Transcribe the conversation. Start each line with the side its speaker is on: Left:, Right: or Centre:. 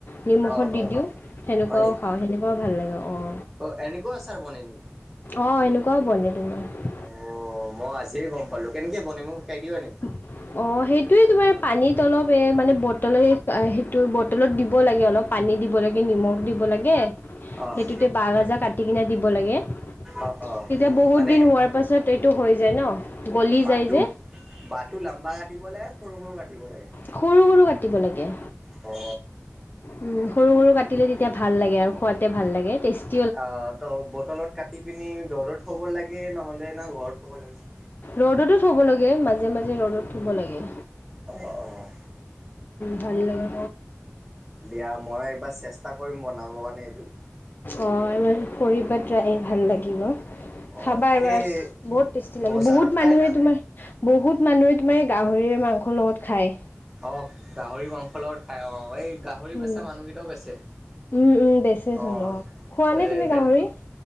Left: নিমখত
Centre: অ',
Left: দি
Centre: অ',
Left: দিওঁ সেনেকুৱাও
Centre: হয় নেকি
Left: খাওঁ সেনেকুৱাও ভাল লাগে অঁ
Centre: অ', এনেকুৱা আচাৰ বনে নেকি?
Left: অ এনেকুৱাও বন তোমাৰ
Centre: অ মই আজিয়ে গম পালো কেনেকে বন মোক শিকাই দিবা নেকি
Left: অ সেইটোয়ে তোমাৰ পানীত অলপ এ মানে বটলে ত বটলত দিব লাগে অলপ পানী দিব লাগে নিমখ দিব লাগে
Centre: অ',
Left: সেইটোতে বাহ গাজা কাটি কিনে দিব লাগে
Centre: অ', অ',
Left: তেতিয়া বহুত
Centre: মানে
Left: দিন হোৱাৰ পাছত এইটো হৈ যায় ন গলি
Centre: বাতু
Left: যায় যে
Centre: বাতু লাম্বা কাটিব লাগে সৰু সৰু কাটিব লাগে
Left: সৰু সৰু কাটিব লাগে
Centre: অ
Left: উ সৰু সৰু কাটিলে তেতিয়া ভাল লাগে আৰু খোৱতে ভাল লাগে টেষ্ট
Centre: অ ত বটলত কাটি পিনি দৰত থ'ব লাগে নহলে না ঘৰত থ'ব লাগে
Left: ৰ'দতো থ'ব লাগে মাজে মাজে ৰ'দত থব লাগে
Centre: অ অ
Left: ভাল লাগে
Centre: দিয়া মই একবাৰ চেষ্টা কৰিম বনাব কাৰণে এইটো
Left: অ এবাৰ কৰিবা ত্ৰায় ভাল লাগিব
Centre: অ',
Left: খাবা এবাৰ
Centre: এই
Left: বহুত টেষ্টি লাগে
Centre: বজাৰত
Left: বহুত
Centre: পায়
Left: মানুহে
Centre: না?
Left: তোমাৰ বহুত মানুহে তোমাৰ এই গাহৰি মাংসৰ লগত খায়
Centre: অ গাহৰি মাংসলৰ খাই অ এই গাহৰি
Left: উম
Centre: বেচা মানুহকেইটাও বেচে
Left: উম উম বেচেচোন
Centre: অ
Left: অঁ খোৱানে
Centre: এ
Left: তুমি গাহৰি
Centre: বেলতল